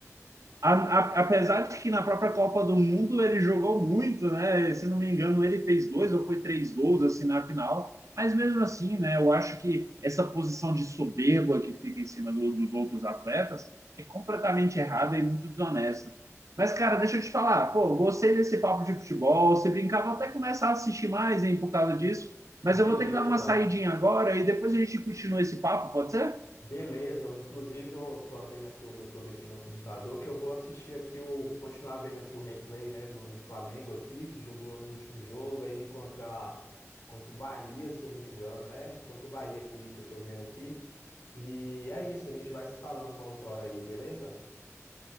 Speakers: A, on the right; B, on the left.
A: A, a, apesar de que na própria Copa do Mundo ele jogou muito, né? Se não me engano, ele fez dois ou foi três gols assim na final. Mas mesmo assim, né? Eu acho que essa posição de soberba que fica em cima do, dos outros atletas é completamente errada e muito desonesta. Mas, cara, deixa eu te falar, pô, gostei desse papo de futebol. Você brincava até começar a assistir mais, hein, por causa disso. Mas
B: Beleza,
A: eu vou ter que dar uma saidinha agora e depois a gente continua esse papo, pode ser?
B: beleza. Inclusive, eu tô abrindo aqui o YouTube aqui no computador, que eu vou assistir aqui o, continuar vendo aqui o replay, né, do, do Flamengo aqui, que jogou no último jogo aí contra, contra o Bahia, se eu não me engano. É, contra o Bahia aqui que eu tô vendo aqui. E é isso, a gente vai se falando uma outra hora aí, beleza?